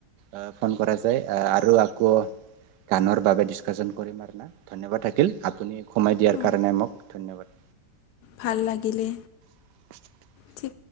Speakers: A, on the right; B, on the left.
A: আ ফন কৰা যায় আ আৰু আকৌ, গানৰ বাবে ডিছকাশচন কৰিম আৰু ধন্যবাদ থাকিল আপুনি সমই দিয়াৰ
B: অঁ
A: কাৰণে মোক ধন্যবাদ।
B: ভাল লাগিলে।
A: <inaudible>
B: ঠিক